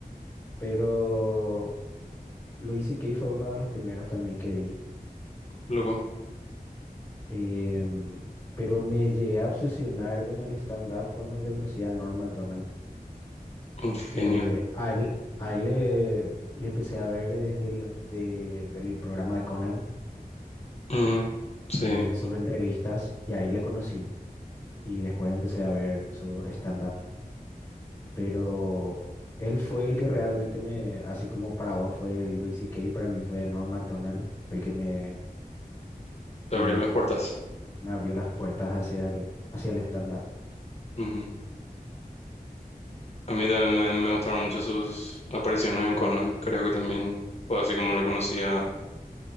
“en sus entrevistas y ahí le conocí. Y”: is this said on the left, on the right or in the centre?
Left